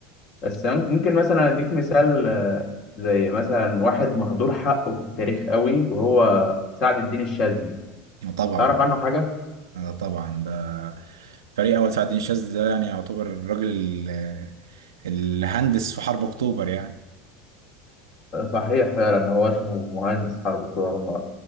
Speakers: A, on the left (about 50°); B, on the right (about 80°).
A: بس أنا ممكن مثلا اديك مثال آه، زي مثلا واحد مهدور حقه في التاريخ قوي وهو سعد الدين الشاذلي
B: آه، طبعا
A: تعرف عنه حاجه
B: انا طبعا ده فريق اول سعد الشاذلي ده يعني يعتبر الراجل ال- اللي هندس في حرب اكتوبر يعني
A: آه، صحيح فعلا هو اسمه مهندس حرب اكتوبر